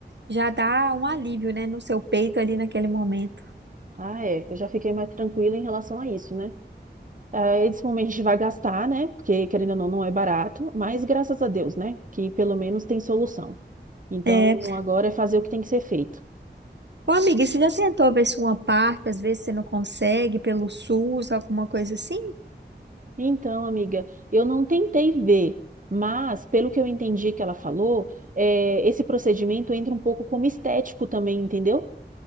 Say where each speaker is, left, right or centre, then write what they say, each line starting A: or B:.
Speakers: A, on the right; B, on the right.
A: já dá um alívio, né? No seu peito ali naquele momento.
B: Ah, é. Eu já fiquei mais tranquila em relação a isso, né? Ah, Esse momento a gente vai gastar, né? Porque, querendo ou não, não é barato, mas graças a Deus, né? Que pelo menos tem solução. Então,
A: É.
B: agora é fazer o que tem que ser feito.
A: Ô, amiga, você já tentou ver se uma parte, às vezes você não consegue, pelo SUS, alguma coisa assim?
B: Então, amiga, eu não tentei ver, mas pelo que eu entendi que ela falou, eh, esse procedimento entra um pouco como estético também, entendeu?